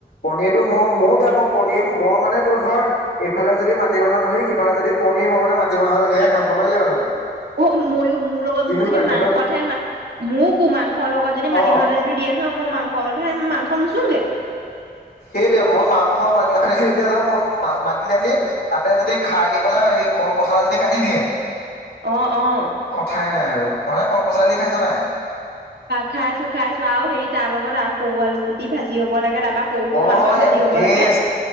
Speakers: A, on the left (about 75°); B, on the right (about 80°).
A: পনীৰটো মই মই বেয়া পাওঁ পনীৰ মই মানে তোৰ ধৰ এইফালে যদি মিাহৰ দালি, সিফালে যদি পী মানে মাটি মাহৰ দালিহে কথাটো
B: অ', মইো মোৰ লগত
A: তেনেকুৱা
B: মোক যদি,
A: কিন্তু
B: মাংস ঠ ন ময় কো মাংসৰ লগত যদি
A: অ
B: মাটিমাহ দালি তটো দিয়ে নহয়, মই মাংসত মাংস নুচোগে
A: সেইটোৱে, মই মাংস মি মাে যাওঁ মই মাটি দালি তাতে যদি খাৰ দি পেলাই, এই কল পচলা যদি কাটি দিয়ে
B: অ',
A: ঠাই নাই আৰু, তহঁতে কল পচলি দি খাইছা নাই
B: খাইছো, খাইছো, আৰু হেৰি তাৰ লগত সৰু আলু গুটি ভাজি হ'ব লাগে, তাৰপা সৰু সৰু
A: অ',
B: মাছৰ ভাজি হ'ব
A: বেছ
B: লাগে